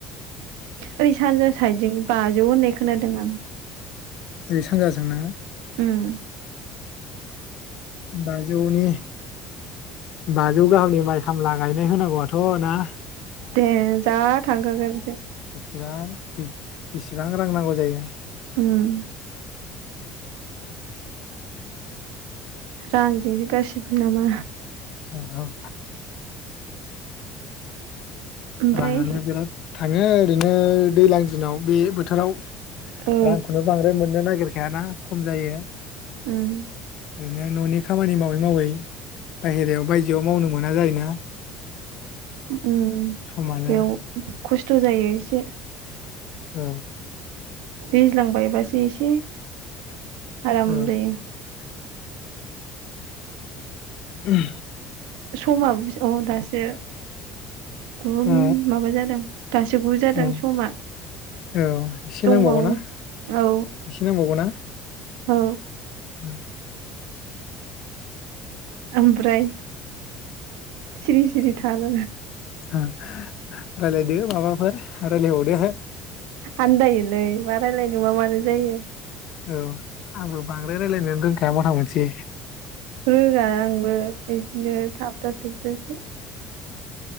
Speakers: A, on the right; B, on the left.
A: ओरै सानजा साइदजों बाजौ होननाय खोनादों आं।
B: ओरै सानज्राजोंना।
A: ओम
B: बाजौनि। बाजौ गाहामनि माइ खामला गायनाय होनांगौआथ' ना।
A: दे जा थांगोगोनसै।
B: बांसा बिसेबां रां नांगौ जायो।
A: उम रांजोंसो गाससिबो नामा
B: औ।
A: ओमफ्राय
B: राङानो बिराद। थाङो ओरैनो दैजलां दिनाव बे बोथोराव।
A: औ
B: रांखौनो बांद्राय मोननो नागिर। फिायाना खम जायो।
A: ओम।
B: ओरैनो न'नि खामानि मावै मावै बाहेरायाव बायजोआव मावनो मोना जायोना।
A: उम बेयाव।
B: समानो
A: खस्थ' जायो एसे
B: औ।
A: दैज्लांबायबासो एसे आरामल।
B: औ उम
A: समाबो औ दासो गु
B: ओ
A: मिनिट माबा जादों दासो गुजादों
B: औ
A: समा
B: औ एसे
A: दंबावो
B: नांबावगौनाा
A: औ
B: एसे नांबावगौ ना।
A: औ।
B: उम
A: ओमफ्राय सिरि सिरि थार
B: ओ रायलायदो माबाफोर रायलायबावदो
A: आन्दायोलै मा रायलायनो मा मानो जायो
B: औ आंबो बांद्राय रायजलायनो रोंखाया मथा मथि
A: रोङा आंबो बिदिनो थाबथा थुबथा सो